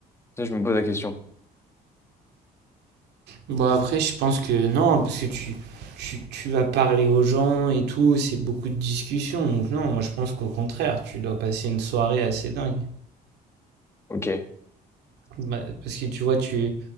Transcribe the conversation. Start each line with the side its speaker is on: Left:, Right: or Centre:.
Left: Ça, je me pose la question.
Right: Bon, après, je pense que non, parce que tu, tu, tu vas parler aux gens et tout, c'est beaucoup de discussions. Donc, non, moi, je pense qu'au contraire, tu dois passer une soirée assez dingue.
Left: Ok. Et
Right: Bah, parce que tu vois, tu